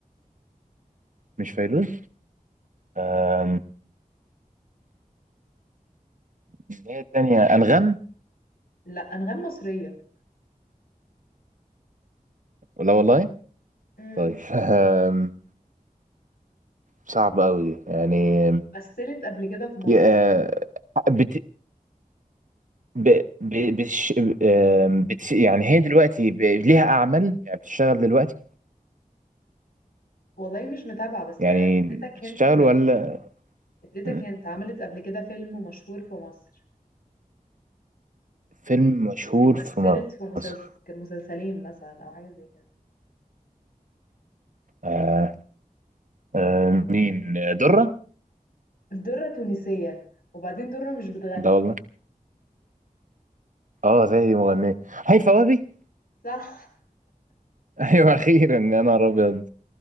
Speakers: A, on the right (about 60°); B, on the left (about 90°).
A: مش فيروز آم، اللي هي التانية أنغام
B: لا أنغام مصرية
A: لا والله
B: مم.
A: طيب <laughs> آم، صعبة أوي دي يعني آم،
B: مثلت قبل كده في مصر
A: يا- آه، بت- ب... ب... بتش... آم، بتش... يعني هي دلوقتي ب... ليها أعمال يعني بتشتغل دلوقتي
B: والله مش متابعة بس
A: يعني
B: اديتك
A: بتشتغل
B: هنت كويسة
A: ولا
B: اديتك
A: مم.
B: هنت عملت قبل كده فيلم مشهور في مصر
A: فيلم مشهور
B: ومثلت
A: في
B: في مسلس-
A: مصر
B: مسلسلين مثلا او حاجه زي كده
A: آه... آه... مين آه، درة
B: الدره تونسيه وبعدين دره مش بتغني
A: ده والله اه زي دي مغنية هيفاء وهبي
B: صح
A: <laughs> ايوه اخيرا يا نهار ابيض